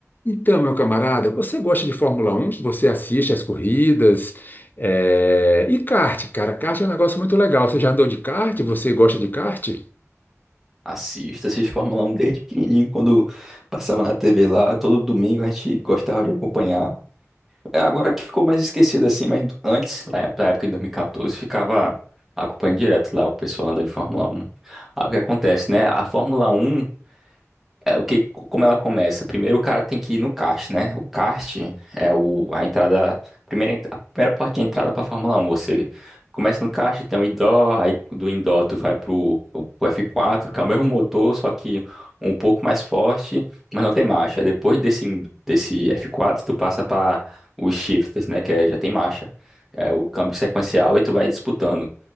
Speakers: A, on the left; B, in the centre.
A: Então, meu camarada, você gosta de Fórmula Um? Você assiste às corridas? É, E kart, cara, kart é um negócio muito legal. Você já andou de kart? Você gosta de kart?
B: Assisto, assisto Fórmula Um desde pequenininho, quando passava na TV lá, todo domingo a gente gostava de acompanhar. É agora que ficou mais esquecido assim, mas antes, lá pra época de 2014, ficava acompanhando direto lá o pessoal andando de Fórmula Um Aí o que acontece, né? A Fórmula Um é, o que, como ela começa? Primeiro o cara tem que ir no kart, né? O kart é o, a entrada, a primeira, en- a primeira porta de entrada para Fórmula Um Você começa no kart, tem um indoor, aí do indoor tu vai pro, pro f quatro que é o mesmo motor, só que um pouco mais forte, mas não tem marcha. Aí Depois desse, in- desse f quatro tu passa para os shifters, né? Que é, já tem marcha. É o câmbio sequencial e tu vai disputando.